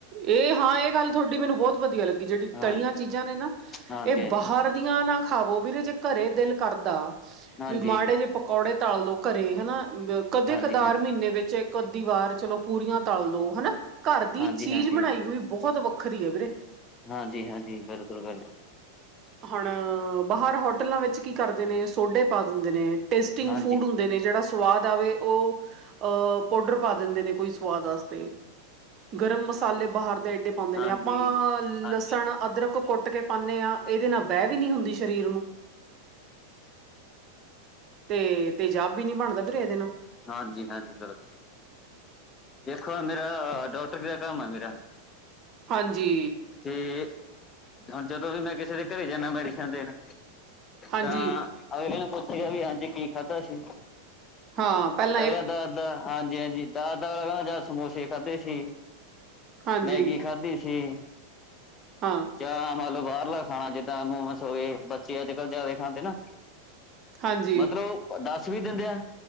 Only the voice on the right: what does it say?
ਏ ਹਾਂ ਏ ਗੱਲ ਤੁਹਾਡੀ ਮੈਨੂੰ ਬਹੁਤ ਵਧੀਆ ਲੱਗੀ। ਵੀ ਜਿਹੜੀ
ਤਲੀਆਂ ਚੀਜ਼ਾਂ ਨੇ ਨਾ
ਇਹ
ਬਾਹਰ ਆਂ ਨਾ ਖਾਵੋ ਵੀਰੇ ਜੇ ਘਰੇ ਦਿਲ ਕਰਦਾ
ਵੀ ਮਾੜੇ ਜੇ ਪ ਕੌੜੇ ਤਲ ਲੋ ਘਰੇ ਹਨਾ ਬ, ਕਦੇ
ਕਦਾਰ
ਮੀਨੇ‌ ਵਿੱਚ। ਇੱਕ, ਅੱਧੀ ਵਾਰ ਚਲੋ, ਪੂਰੀਆਂ ਤਲ ਲੋ ਹਨਾ ਘਰ ਦੀ
ਚੀਜ਼ ਬਨਾਈ ਹੋਈ ਬਹੁਤ ਵੱਖਰੀ ਹੈ ਵੀਰੇ।
ਹੁਣ ਬਾਹਰ ਹੋਟਲਾਂ ਵਿੱਚ ਕੀ ਕਰਦੇ ਨੇ ਸੋਡੇ ਪਾ ਦਿੰਦੇ ਨੇ ਟੇਸਟਿੰਗ
ਫੂਡ ਹੁੰਦੇ ਨੇ ਜਿਹੜਾ ਸਵਾਦ ਆਵੇ ਓ ਅਹ ਪੋਡਰ ਪਾ ਦਿੰਦੇ ਨੇ ਕੋਈ ਸਵਾਦ ਆਸਤੇ ਗਰਮ ਮਸਾਲੇ ਬਾਹਰ ਦੇ ਏਡੇ
ਪਾਂਦੇ ਨੇ ਆਪਾਂ
ਲਸਣ
ਅਦਰਕ ਕੁੱਟ ਕੇ ਪਾਨੇ ਆ। ਏਦੇ ਨਾਲ ਬਹਿ ਵੀ ਨੀ ਹੁੰਦੇ ਸ਼ਰੀਰ ਨੂੰ ਤੇ ਤੇਜਾਬ ਵੀ ਨੀ ਬਨਦਾ ਵੀਰੇ ਏਧੇ ਨਾ
ਹਾਂਜੀ।
ਹਾਂਜੀ
ਹਾਂ, ਪੈਲ
ਹਾਂਜੀ
ਹਾਂ
ਹਾਂਜੀ